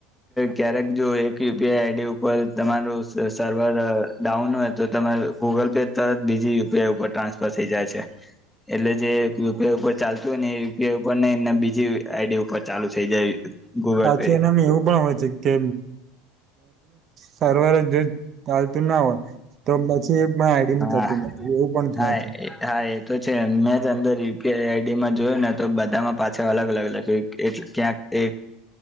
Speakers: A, in the centre; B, on the right.
A: ક્યારેક જો યુપીઆઈ આઈડી ઉપર તમારું સર્વર ડાઉન હોય તો તમારૂં ગૂગલ તરત બીજી યુપીઆઈ ઉપર ટ્રાન્સફર થઈ જાય છે. એટલે જે યુપીઆઈ ઉપર ચાલતું હોય ને એયુપીઆઈ ઉપર ને એ બીજી આઈડી ઉપર ચાલુ થઈ જાય ગૂગલ
B: પાછું
A: પે
B: એનામાં એવું પણ હોય છે, કે સારવાર જો ચાલતું ના હોય તો પછી એક આઈડી
A: હા
B: થતી થતું એવું પણ થાય
A: હા
B: છે.
A: હા એ તો છે મેં જ અંદર યુપીઆઈ આઈડીમાં જોયું ને, તો બધામાં પાછા અલગ અલગ લખ્યું એટ ક્યાંક એક